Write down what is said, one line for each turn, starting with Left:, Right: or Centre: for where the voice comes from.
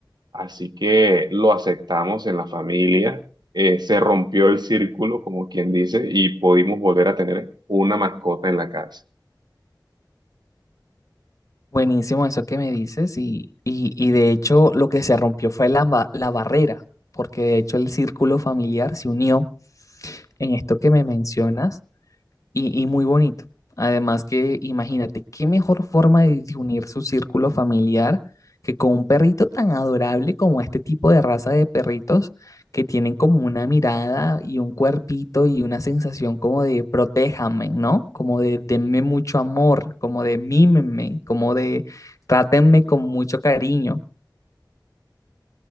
Right: así que lo aceptamos en la familia, eh, se rompió el círculo, como quien dice, y pudimos volver a tener una mascota en la casa.
Left: Buenísimo eso que me dices y, y, y de hecho lo que se rompió fue la, ba- la barrera, porque de hecho el círculo familiar se unió en esto que me mencionas y, y muy bonito. Además que imagínate, qué mejor forma de, de unir su círculo familiar que con un perrito tan adorable como este tipo de raza de perritos que tienen como una mirada y un cuerpito y una sensación como de protéjame, ¿no? Como de denme mucho amor, como de mímenme, como de trátenme con mucho cariño.